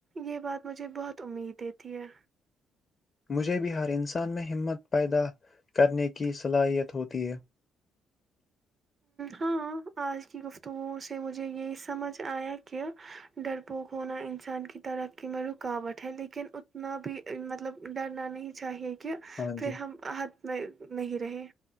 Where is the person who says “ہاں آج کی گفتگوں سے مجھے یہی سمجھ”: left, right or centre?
Right